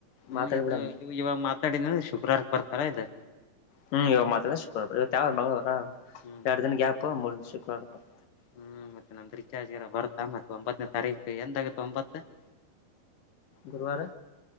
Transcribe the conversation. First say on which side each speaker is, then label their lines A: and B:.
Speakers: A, on the left; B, on the left.
A: ಹ್ಮ್
B: ಮಾತಾಡ್ಬಿಡಮ
A: ಇದು ಇವಾಗ ಮಾತಾಡಿದನ ಶುಕ್ರವಾರಕ್ ಬರ್ತಾವ ಇದು.
B: ಹ್ಮ್ ಇವಾಗ ಮಾತಾಡಿದ್ದು ಶುಕ್ರಾರ ಬರುತ್ತೆ ಹ್ಮ್ ಇವತ್ತು ಯಾವ್ ವಾರ ಮಂಗಳವಾರ
A: ಹ್ಮ್
B: ಎರಡು ದಿನ ಗ್ಯಾಪು ಮೂರನೇ ದಿನ ಶುಕ್ರವಾರಬರುತ್ತೆ.
A: ಹ್ಮ್ ಮತ್ತೆ ನಮ್ದ್ ರಿಚಾರ್ಜ್ಗೆರ ಬರ್ತಾ ಮತ್ತೆ ಒಂಬತ್ತನೇ ತಾರೀಕು ಎಂದಗತ್ತ ಒಂಬತ್ತು. <inaudible>
B: ಗುರುವಾರ